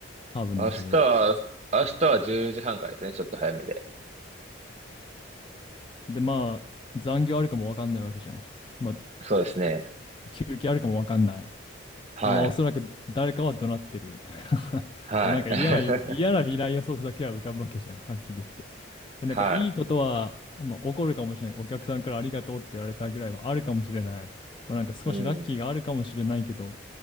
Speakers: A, on the left; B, on the right.
A: 多分だけど。
B: 明日は、明日は10時半からですね、ちょっと早めで。
A: で、まあ、残業あるかもわかんないわけじゃん。まあ、
B: そうですね。
A: 休憩あるかもわかんない。
B: はい。
A: で、まあ、おそらく誰かは怒鳴ってる。<laughs>
B: はい。
A: もうなんか嫌な、嫌な未来予想図だけは浮かぶわけじゃん、はっきり言って。で、
B: <laughs>
A: なんかいいことは、
B: は
A: まあ、起こるかもしれない。お客さんからありがとうって言われたぐらいはあるかもしれない。まあ、なんか少しラッキーがあるかもしれないけど、
B: い。うん。